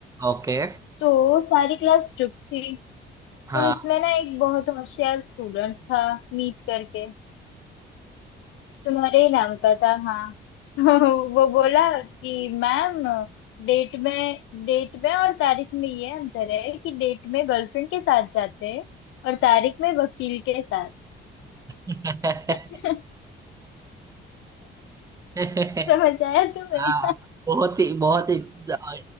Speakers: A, on the right (about 15°); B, on the left (about 80°).
A: ओके
B: तो सारी क्लास चुप थी
A: हाँ
B: फिर उसमें ना एक बहुत होशियार स्टूडेंट था मीत करके तुम्हारे ही नाम का था हाँ <laughs> वो बोला कि मैम डेट में डेट में और तारीख में ये अंतर है कि डेट में गर्लफ्रेंड के साथ जाते हैं और तारीख में वकील के साथ
A: ओके
B: <laughs>
A: <laughs>
B: समझ आया तुम्हें
A: हाँ बहुत ही बहुत ही अ,